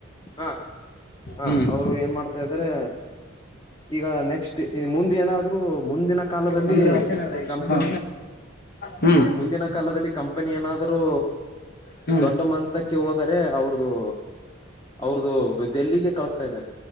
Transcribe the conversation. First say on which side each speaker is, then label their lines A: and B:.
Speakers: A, on the left; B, on the left.
A: ಹಾ. ಹ
B: ಹ್ಞೂ
A: ಅವ್ರು ಏನ್ ಮಾಡ್ತಾ ಇದಾರೆ ಈಗ ನೆಕ್ಸ್ಟ್ ಇ ಮುಂದೆ ಏನಾದ್ ದ್ರು ಮುಂದಿನ ಕಾಲದಲ್ಲಿ
B: ನಮ್ದ
A: ಕಂಪನಿ
B: ಹಾ ಹ್ಮ್
A: ಮುಂದಿನ ಕಾಲದಲ್ಲಿ ಕಂ ಪನಿ ಏನಾದ್ರು
B: ಹ್ಮ್
A: ದೊಡ್ಡ ಮಂತಕ್ಕೆ ಹೋದರೆ ಅವ್ರದು. ಅವ್ರ್ದು ದೆಲ್ಲಿಗೆ ಕಳಿಸ್ತಾ ಇದ್ದಾರೆ